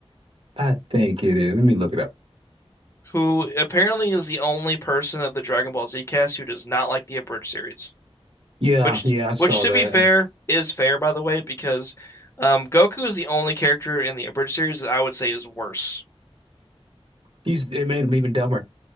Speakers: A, on the right (about 55°); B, on the left (about 25°).
A: I think it is. Let me look it up.
B: who apparently is the only person of the Dragon Ball Z cast who does not like the abridged series.
A: Yeah,
B: Which,
A: yeah, I saw
B: which to
A: that.
B: be fair, is fair by the way, because um, Goku is the only character in the abridged series that I would say is worse.
A: He's it made him even dumber.